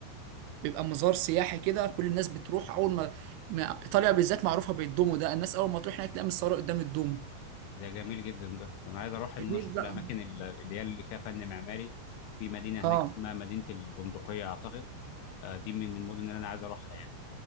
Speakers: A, on the right (about 85°); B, on the left (about 80°).
A: بيبقى مزار سياحي كده كل الناس بتروح اول ما ما- ايطاليا بالذات معروفه بالدومو ده الناس اول ما تروح هناك تلاقي متصوره قدام الدومو
B: ده جميل جدا ده انا عايز اروح ان
A: غير
B: انا اشوف
A: بقى
B: الاماكن ال- اللي هي اللي فيها فن معماري في مدينه هناك
A: اه
B: اسمها مدينه البندقيه اعتقد آه، دي من المدن اللي انا عايز اروحها يعني